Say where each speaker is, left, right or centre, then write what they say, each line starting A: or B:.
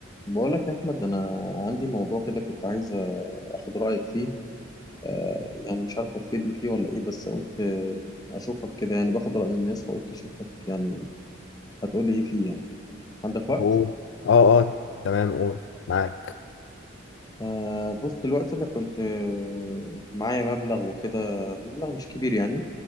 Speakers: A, on the left; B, on the left.
A: بقولك يا أحمد أنا عندي موضوع كده كنت عايز أخد رأيك فيه آه، يعني مش عارف هتفيدني فيه ولا إيه بس قلت آه، أشوفك كده يعني باخد رأي الناس فقلت أشوفك يعني هتقولي إيه فيه يعني عندك وقت؟
B: طب قول اه اه تمام قول معاك
A: آه، بص دلوقتي أنا كنت آه، معايا مبلغ وكده مبلغ مش كبير يعني